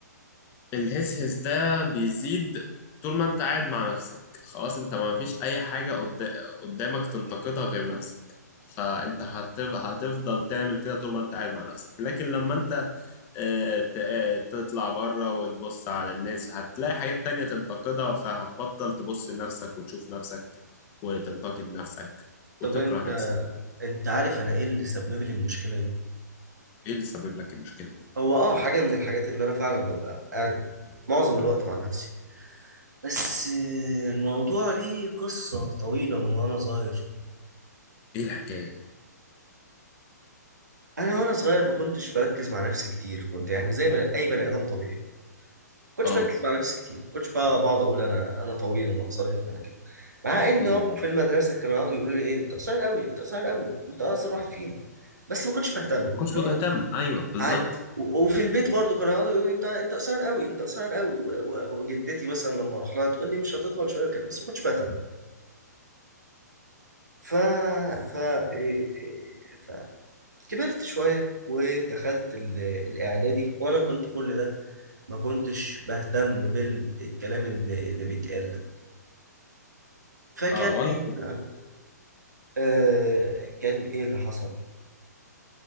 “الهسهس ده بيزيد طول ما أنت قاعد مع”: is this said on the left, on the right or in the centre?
Left